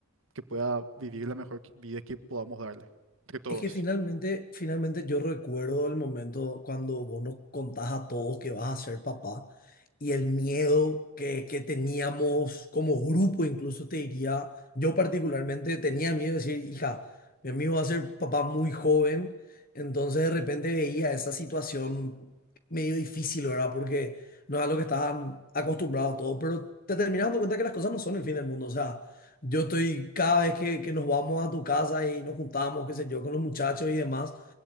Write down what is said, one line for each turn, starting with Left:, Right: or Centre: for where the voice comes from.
Right: que pueda vivir la mejor qui- vida que podamos darle, entre todos.
Left: Es que finalmente, finalmente yo recuerdo el momento cuando vos nos contás a todos que vas a ser papá y el miedo que, que teníamos como grupo, incluso te diría, yo particularmente tenía miedo de decir, hija, mi amigo va a ser papá muy joven, entonces de repente veía esa situación medio difícil, ¿verdad? Porque no es a lo que estaban acostumbrados todos, pero te terminas dando cuenta que las cosas no son el fin del mundo, o sea... Yo estoy, cada vez que, que nos vamos a tu casa y nos juntamos, qué sé yo, con los muchachos y demás,